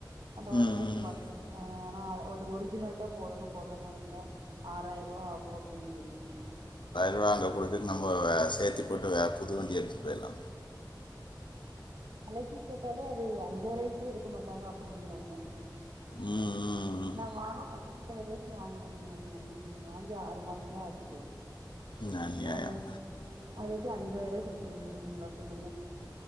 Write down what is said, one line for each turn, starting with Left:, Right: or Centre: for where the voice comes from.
Right: அந்த உடஞ்சிருக்கு
Left: ம் ம்.
Right: வண்டி ஆ ஆனா ஆ அது ஒரிஜினல் போடணு போட்ற மாரி இருந்தா ஆறாயிர ரூபா ஆகு அப்டின்னு இருக்காங்க
Left: <unintelligible> குடுத்துட்டு நம்ம வே சேத்தி போட்டு வேற புதுவண்டி எடுத்துட்டு போயிடலா
Right: வெலைக்கு கேட்டாலு அது அஞ்சாயிரூவாய்க்கு கூட எடுக்க மாட்டாங்க அப்டிங்கிறாங்க
Left: ம், ம், ம்.
Right: நா வாங்க பதினெட்டாயிரூவாய்க்கு வாங்கினங்க நா அந்த வாங்கி ஆறு மாசோ தா ஆச்சு
Left: ம், அநியாயம்
Right: அது அது எப்டி அஞ்சாயிர ரூவாய்க்கு கூட போக முடியுங்களா சொல்லுங்க